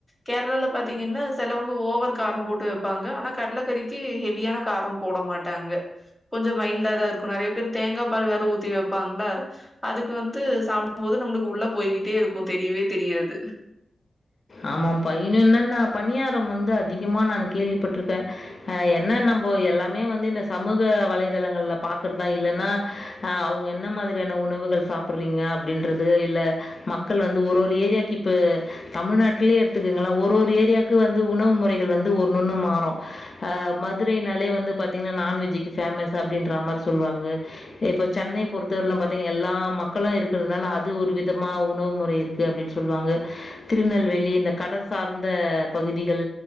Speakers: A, in the centre; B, on the left.
A: கேர்ளால பா த்திங்கன்னா செலவங்க ஓவர் காரம் போட்டு வெப்பாங்க ஆனா கட்லக்கறிக்கி ஹெவியான காரம் போட மாட்டாங்க கொஞ்சோ மைல்டா தா இருக்கு நறைய பேரு தேங்கா பால் வேற ஊத்தி வெப்பாங்ளா அதுக்கு வந்து சாப்ம் போது நம்ளுக்கு உள்ள போய்கிட்டே இருக்கு தெரிவே தெரியாது
B: ஆமாம் பா இன்னென்னன்னா பணியாரம் வந்து அதிகமா நானு கேள்விப்பட்ருக்கே அ என்ன நம்போ எல்லாமே வந்து இந்த சமூக வலைதளங்கள்ல பாக்குறதா இல்லன்னா அ அவுங்க என்ன மாதிரியான உணவுகள் சாப்பட்றீங்க அப்டின்றது இல்ல மக்கள் வந்து ஒரு ஒரு ஏரியாக்கு இப்பு தமிழ்நா ட்லியே எடுத்துக்குங்ளே ஒரு ஒரு ஏரியாக்கு வந்து உணவு முறைகள் வந்து ஒண்ணு ஒண்ணு மாறு அ மதுரைனாலே வந்து பாத்திங்கனா நான்வெஜ்ஜுக்கு ஃபேமஸு அப்டின்றா மாரி சொல்வாங்க இப்ப சென்னை பொறுத்தவரிலு பாத்திங் எல்லா மக்களு இருக்கறதுனால அது ஒரு விதமா உணவு முறை இருக்கு அப்டின் சொல்வாங்க திருநெல்வே லி இந்த கடர் சார்ந்த பகுதிகள்